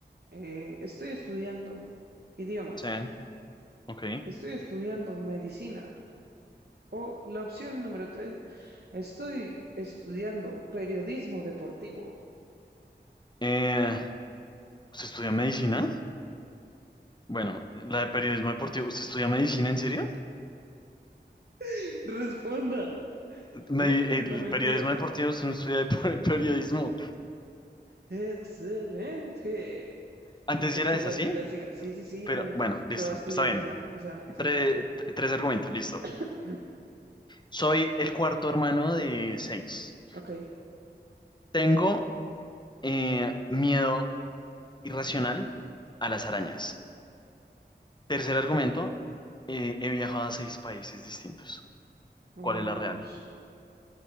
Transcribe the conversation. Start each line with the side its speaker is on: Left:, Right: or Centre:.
Right: eh, estoy estudiando idiomas,
Left: Sí, ok.
Right: estoy estudiando medicina. O la opción número tres, estoy estudiando periodismo deportivo.
Left: Eh, ¿usted estudia medicina? Bueno, la de periodismo deportivo. ¿Usted estudia medicina en serio?
Right: <laughs> Responda,
Left: Me-
Right: ¿cuál es
Left: el
Right: la mentira?
Left: periodismo deportivo, usted no estudia de- <laughs> periodismo.
Right: Excelente.
Left: Antes
Right: Listo,
Left: sí era
Right: siga,
Left: esa, ¿sí?
Right: siga, siga. Sí, sí, sí,
Left: Pero
Right: yo no.
Left: bueno, listo,
Right: ¿Qué va a estudiar
Left: está bien.
Right: esa, esa, esa?
Left: Tre- tres argumentos, listo.
Right: <clears throat>
Left: Soy el cuarto hermano de seis.
Right: Ok.
Left: Tengo eh, miedo irracional a las arañas. Tercer argumento, eh, he viajado a seis países distintos.
Right: Ush,
Left: ¿Cuál es la real?